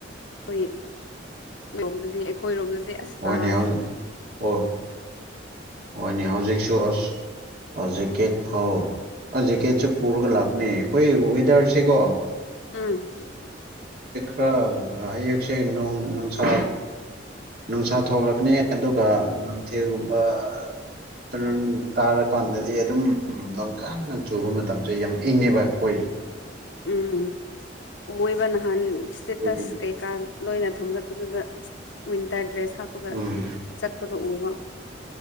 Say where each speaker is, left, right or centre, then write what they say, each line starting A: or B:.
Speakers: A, on the left; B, on the right.
A: ꯑꯩꯈꯣꯏꯣꯝꯗꯗꯤ ꯑꯩꯈꯣꯏꯔꯣꯝꯗꯗꯤ ꯑꯁ ꯁꯥꯕꯗꯣ
B: ꯍꯣꯏꯅꯦ ꯍꯧ ꯑꯣ ꯍꯣꯏꯅꯦ ꯍꯧꯖꯤꯛꯁꯨ ꯑꯁ ꯖꯦꯀꯦꯠ ꯐꯥꯎ ꯑꯁ ꯖꯦꯀꯦꯠꯁꯨ ꯄꯨꯔꯒ ꯂꯥꯞꯅꯦ ꯍꯣꯏ ꯀꯋꯦꯗꯔꯁꯤꯦꯀꯣ
A: ꯎꯝ
B: ꯈꯔ ꯑꯌꯦꯛꯁꯦꯣꯡ ꯅꯨꯡꯁꯥ ꯅꯨꯡꯁꯥ ꯊꯣꯛꯂꯛꯅꯤ ꯑꯗꯨꯒ ꯅꯨꯡꯊꯤꯜꯒꯨꯝꯕ ꯑꯥꯇꯔꯅ ꯇꯥꯔꯀꯥꯟꯗꯗꯤ ꯑꯗꯨꯝ ꯣꯡꯀꯟꯅ ꯆꯨꯕ ꯃꯇꯝꯁꯦ ꯌꯥꯝ ꯏꯪꯉꯦꯕ ꯑꯩꯈꯣꯏꯁꯦ
A: ꯎꯝ ꯑꯣꯏꯣꯏꯕ ꯅꯍꯥꯟ ꯏꯁꯇꯦꯇꯁ
B: ꯑꯗꯨꯒꯤ
A: ꯀꯩꯀꯥ ꯂꯣꯏꯅ ꯊꯝꯒꯠꯄꯗꯨꯗ ꯋꯤꯟꯇꯔ ꯗ꯭ꯔꯦꯁ ꯊꯥꯞꯄꯒ
B: ꯎꯝ
A: ꯆꯠꯄꯗꯣ ꯎꯕ